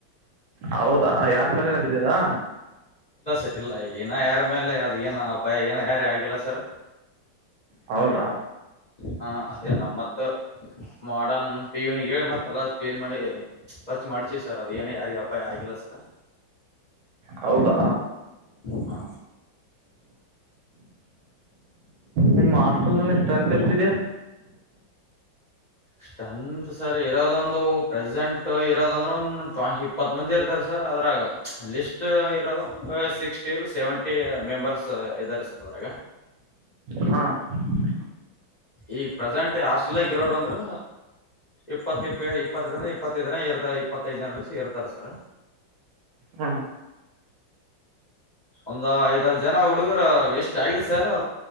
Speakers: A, on the right; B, on the left.
A: ಹೌದಾ ಯಾರ ಮೇಲೆನ ಬಿದ್ದಿದಾ
B: ಅದು ಯಾರ ಮೇಲೆ ಏನು ಅಪಾಯ ಆಗಿಲ್ಲ ಸರ್
A: ಹೌದಾ
B: ಹಾ ಅದು ಮತ್ತು ವಾರ್ಡನ್ ಪ್ಯೂನಗಿ ಹೇಳಿ ಎಲ್ಲಾ ಕ್ಲೀನ್ ಮಾಡಿಸಿದ್ದು ಸ್ವಚ್ಛ ಮಾಡ್ಸಿ ಅದೇನ್ ಯಾರಿಗೇನು ಅಪಾಯ ಆಗಲು ಸರ್
A: ಹೌದಾ
B: ಹಾ
A: ನಿಮ್ಮ ಹಾಸ್ಟೆಲ್ ನಲ್ಲಿ ಸ್ಟ್ರೆಂತ್ ಎಷ್ಟಿದೆ
B: ಸ್ಟ್ರೆಂತ ಸರ್ ಇರೋದ್ ಅಂದ್ರೆ ಪ್ರೆಸೆಂಟ್ ಒಂದು ಇಪ್ಪತ್ತು ಮಂದಿ ಇರ್ತಾರೆ ಸರ್ ಅದರಾಗ ಲಿಸ್ಟ್ ಇರೋದು ಅರವತ್ತು ರಿಂದ ಎಪ್ಪತ್ತು ಮೆಂಬರ್ಸ್ ಇದ್ದಾರೆ ಸರ್
A: ಹ್ಮ್
B: ಈಗ್ ಪ್ರೆಸೆಂಟ್ ಹಾಸ್ಟೆಲ್ ನಲ್ಲಿ ಇರೋದು ಅಂದ್ರೆ ಇಪ್ಪತ್ತು ರಿಂದ ಇಪ್ಪತ್ತುಐದು ಜನ ಇರ್ತಾರೆ
A: ಹಾ
B: ಒಂದು ಐದು ಆರು ಜನ ಲಿಸ್ಟ್ ಆಗಿದೆ ಸರ್